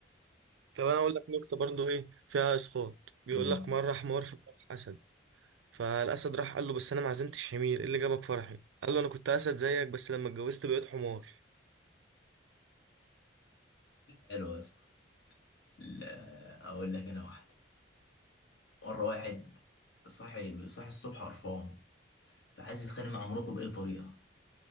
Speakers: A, on the right; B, on the left.
A: طب انا اقول لك نكته برضو ايه فيها اسقاط بيقول
B: مم.
A: لك مره حمار في فرح اسد فالاسد راح قال له بس انا ما عزمتش حمير ايه اللي جابك فرحي قال له انا كنت اسد زيك بس لما اتجوزت بقيت حمار
B: حلو يا اسطى لا، أقول لك أنا واحدة مرة واحد صاحي صاحي الصبح قرفان فعايز يتخانق مع مراته بأي طريقة